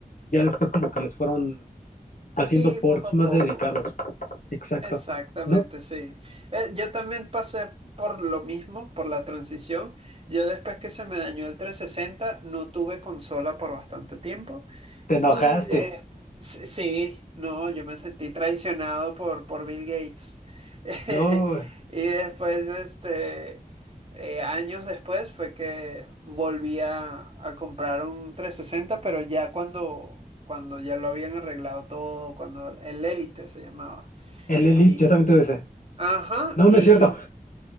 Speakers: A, on the left (about 60°); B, on the right (about 35°).
A: ya después como que les fueron haciendo
B: Sí,
A: ports
B: poco a
A: más
B: poco.
A: dedicados. Exacto.
B: Exactamente,
A: No,
B: sí. Eh, yo también pasé por lo mismo, por la transición. Yo después que se me dañó el 360 no tuve consola por bastante tiempo.
A: te enojaste.
B: Y eh, s- sí, no, yo me sentí traicionado por, por Bill Gates. <laughs>
A: Yo,
B: Y después, este, eh, años después fue que volví a, a comprar un 360 pero ya cuando, cuando ya lo habían arreglado todo, cuando el Elite se llamaba.
A: el Elite,
B: Y,
A: yo también tuve ese.
B: ajá,
A: No,
B: y,
A: no es cierto.